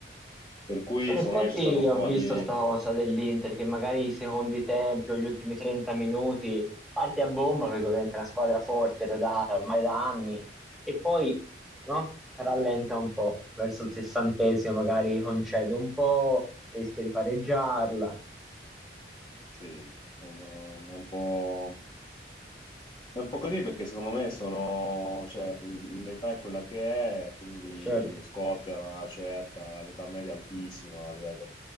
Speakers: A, on the left; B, in the centre.
A: Per cui
B: In
A: secondo
B: Quindi effetti
A: me c'è stato un
B: ho
A: po'
B: visto
A: di
B: sta proprio cosa dell'Inter che magari i secondi tempi o gli ultimi 30 minuti parte a bomba perché ovviamente è una squadra forte, rodata ormai da anni e poi no, rallenta un po' verso il sessantesimo, magari concede un po', rischia di pareggiarla.
A: Sì, sono un po', è un po' così perché secondo me sono, cioè, l'età è quella che è, quindi
B: Certo,
A: scoppia una certa, l'età media è altissima, tre-